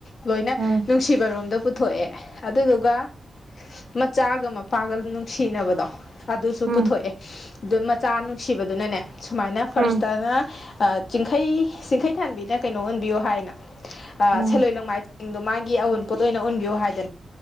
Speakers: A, on the left; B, on the right.
A: ꯂꯣꯏꯅ
B: ꯎꯝ
A: ꯅꯨꯡꯁꯤꯕꯔꯣꯝꯗ ꯎꯟ ꯄꯨꯠ ꯊꯣꯛꯑꯦ ꯑꯗꯨꯗꯨꯒ ꯃꯆꯥꯒ ꯃꯄꯥꯒ ꯅꯨꯡꯁꯤꯅꯕꯗꯣ ꯑꯗꯨꯁꯨ
B: ꯎꯝ
A: ꯄꯨꯊꯣꯛꯑꯦ ꯑꯗꯨ ꯃꯆꯥ ꯅꯨꯡꯁꯤꯕꯗꯨꯅꯅꯦ ꯁꯨꯃꯥꯏꯅ ꯐꯥꯔꯁꯇꯅ
B: ꯎꯝ
A: ꯆꯤꯡꯈꯩ ꯆꯤꯡꯈꯩ ꯊꯥꯟꯕꯤꯗ ꯀꯩꯅꯣ ꯑꯣꯟꯕꯤꯌꯣ ꯍꯥꯏꯅ ꯑꯥ
B: ꯎꯝ
A: ꯁꯦꯂꯣꯏ ꯂꯣꯡ ꯃꯥꯏ ꯁꯤꯡꯗꯣ ꯃꯥꯒꯤ ꯑꯎꯟꯣꯠ ꯑꯣꯏꯅ ꯎꯟ ꯌꯣ ꯍꯥꯏꯗꯅ